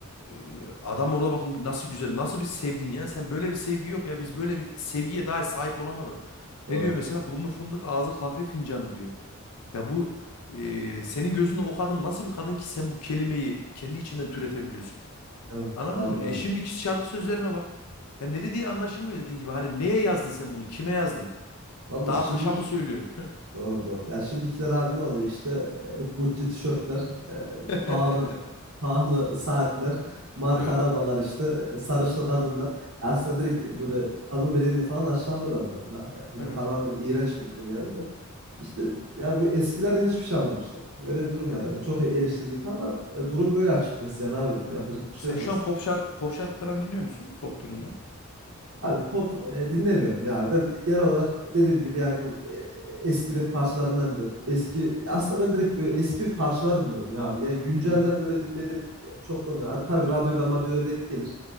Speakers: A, on the left (about 90°); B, on the right (about 75°).
A: e, adam orada bakın nasıl güzel, nasıl bir sevdin ya. Sen böyle bir sevgi yok ya. Biz böyle bir sevgiye daha sahip olamadık.
B: Doğru.
A: Ne diyor mesela? Burnu fındık, ağzı kahve fincanı diyor. Ya bu e, senin gözünde o kadın nasıl bir kadın ki sen bu kelimeyi kendi içinden türetebiliyorsun?
B: Tamam.
A: Anladın
B: Vallahi
A: mı? E,
B: öyle.
A: şimdiki şarkı sözlerine bak. Ya ne dediği anlaşılmıyor dediğin gibi. Hani neye yazdın sen bunu? Kime yazdın?
B: Valla
A: Dağa
B: şimdiki
A: taşa mı söylüyorsun?
B: doğru doğru. Ya şimdikiler abi ne oluyor işte e, Gucci tişörtler, e,
A: <laughs>
B: pahalı pahalı saatler, marka
A: Evet,
B: arabalar işte, e, sarışın kadınlar. Aslında direkt böyle kadın bedenini falan aşağılıyorlar zaten abi yani. Böyle
A: evet.
B: Tamamen iğrenç bir durum yani de. İşte ya bu eskilerden hiçbir şey almamışlar. Öyle bir durum
A: Evet.
B: var yani. Çok eleştirdik ama e, durum böyle açıkçası yani abi.
A: Evet.
B: Yapacak bir
A: Sen
B: şey yok
A: şu
B: aslında.
A: an pop şarkı, pop şarkı falan dinliyor musun? Pop türünde.
B: Abi pop e, dinlemiyorum ya. Ben genel olarak dediğim gibi yani bu e, eski rap parçalarından dinlerim. Eski ya aslında ben direkt böyle eski parçalar dinliyorum ya abi. Yani güncelden
A: Hı hı.
B: böyle dinledim çok da ya. Tabii radyoda madyoda denk gelir.